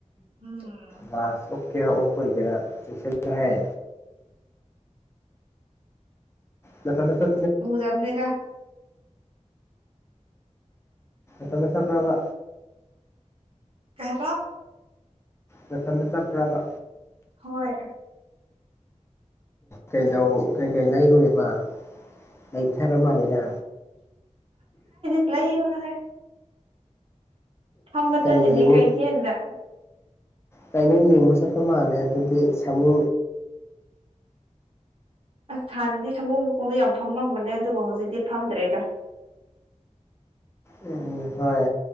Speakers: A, on the right (about 45°); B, on the left (about 20°).
A: ꯎꯝ
B: ꯁ ꯑꯣꯀꯦꯔ ꯑꯣꯣ ꯀꯦꯔꯁ ꯍꯥꯏ ꯌꯥ ꯊ ꯁ
A: ꯎꯗꯕꯅꯤꯔ
B: ꯐꯗꯁ ꯄ꯭ꯔꯕ
A: ꯀꯩꯗ
B: ꯃꯊꯟꯗ ꯆꯠꯈ꯭ꯔꯕ
A: ꯍꯣꯏ
B: ꯀꯩꯗꯧ ꯀꯩꯀꯩ ꯂꯩꯔꯨꯏꯕ ꯂꯩꯥꯊꯔ ꯃꯥꯟꯅꯤꯅ
A: ꯂꯩꯌꯨꯅ‌ꯣꯍꯦ ꯐꯝꯕ ꯆꯠꯂꯤꯅꯤ
B: ꯀꯩ ꯌꯦꯡꯉꯨ
A: ꯀꯩꯊ‌ꯦꯟꯗ
B: ꯀꯩꯅ‌ꯣ ꯌꯦꯡꯕ ꯆꯠꯄ ꯃꯥꯜꯂꯦ ꯑꯗꯨꯗꯤ ꯁꯥꯃꯨ
A: ꯑꯁ ꯍꯥꯟꯅꯗꯤ ꯁꯃꯨ ꯃꯈꯣꯡꯗ ꯌꯥꯝ ꯐꯝꯂꯝꯕꯅꯦ ꯑꯗꯨꯕꯨ ꯍꯧꯖꯤꯛꯇꯤ ꯐꯝꯗ꯭ꯔꯦꯗ
B: ꯎꯝ ꯍꯣꯏ